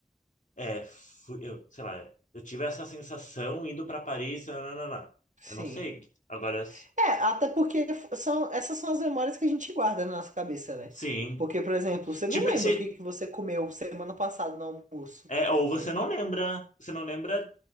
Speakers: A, on the left; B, on the right.
A: é, fui, eu, sei lá, eu tive essa sensação indo para Paris, nananana.
B: Sim.
A: Eu não sei. Agora,
B: É, até porque f- são, essas são as memórias que a gente guarda na nossa cabeça, né?
A: Sim.
B: Porque, por exemplo, você não
A: Tipo,
B: lembra
A: você,
B: o que que você comeu semana passada no almoço.
A: é, ou você não lembra, você não lembra